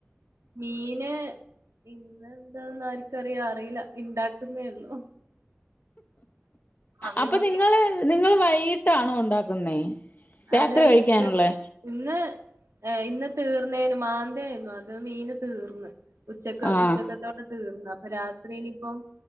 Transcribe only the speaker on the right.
മീന് ഇന്നെന്താന്ന് ആർക്കും അറിയാം അറിയില്ല ഉണ്ടാക്കുന്നേ ഉള്ളു മമ്മി
പപ്പ
അല്ല
ഇന്ന് ഇന്ന് ഇന്ന് തീർന്നേന് മാന്തായിരുന്നു അത് മീന് തീർന്ന് ഉച്ചക്ക്
ഉച്ചക്കത്തോടെ തീർന്ന് അപ്പൊ രാത്രിനി ഇപ്പം